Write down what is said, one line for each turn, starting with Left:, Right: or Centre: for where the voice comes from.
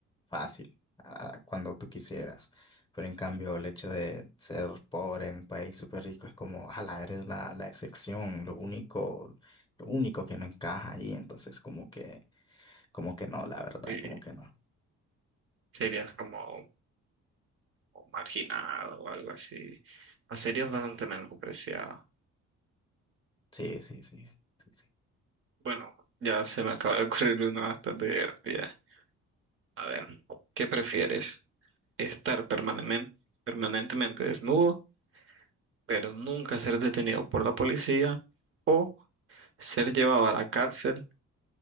Left: fácil, a- cuando tú quisieras. Pero en cambio, el hecho de ser pobre en un país súper rico es como, ala, eres la, la excepción, lo único lo único que no encaja ahí, entonces como que, como que no, la verdad,
Right: Y
Left: como que no.
Right: serías como, o marginada o algo así. La serie es bastante menospreciada.
Left: Sí, sí, sí, sí, sí.
Right: Bueno, ya se me acaba de ocurrir una bastante divertida. A ver, ¿qué prefieres? ¿Estar permanemen- permanentemente desnudo, pero nunca ser detenido por la policía? ¿O ser llevado a la cárcel